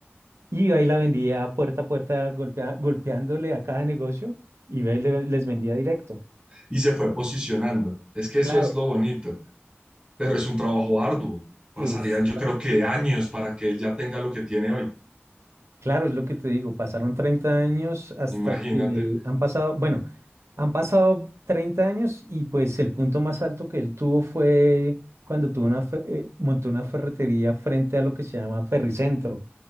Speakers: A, on the right; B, on the right.
A: y ahí la vendía puerta a puerta, golpea- golpeándole a cada negocio y ve- le- les vendía directo.
B: Y se fue posicionando. Es que eso
A: Claro,
B: es lo bonito, pero es un trabajo arduo. Pasarían,
A: exacto.
B: yo creo que años para que ya tenga lo que tiene hoy.
A: Claro, es lo que te digo, pasaron 30 años hasta
B: Imagínate.
A: que han pasado, bueno, han pasado 30 años y pues el punto más alto que él tuvo fue cuando tuvo una fe- eh, montó una ferretería frente a lo que se llama Ferricentro